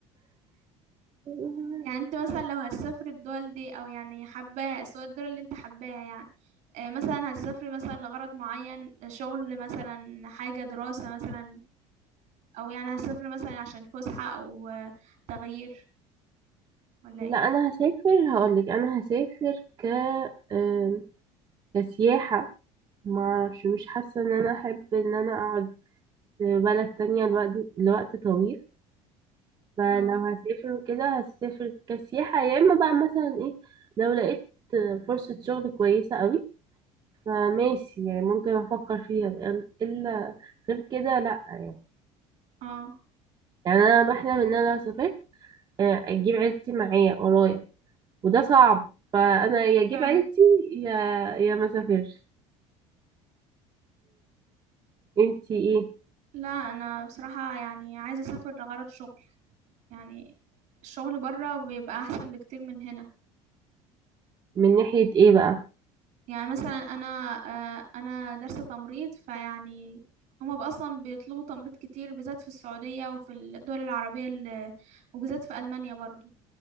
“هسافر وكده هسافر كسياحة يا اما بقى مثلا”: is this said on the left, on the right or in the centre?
Right